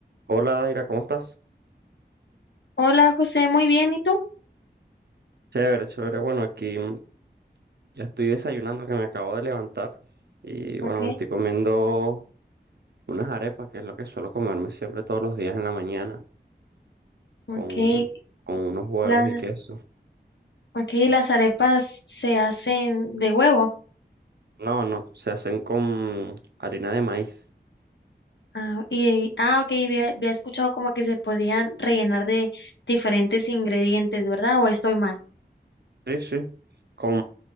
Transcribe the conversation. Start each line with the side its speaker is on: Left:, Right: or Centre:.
Right: Hola Daira, ¿cómo estás?
Left: Hola José, muy bien, ¿y tú?
Right: Chévere, chévere. Bueno, aquí mm, ya estoy desayunando que me acabo de levantar y bueno,
Left: Okay,
Right: me estoy comiendo unas arepas, que es lo que suelo comerme siempre todos los días en la mañana,
Left: okay,
Right: con, con unos huevos
Left: las,
Right: y queso.
Left: okay, las arepas se hacen de huevo.
Right: No, no, se hacen con harina de maíz.
Left: Ah, y, ah, ok, había, había escuchado como que se podían rellenar de diferentes ingredientes, ¿verdad? ¿O estoy mal?
Right: Sí, sí, con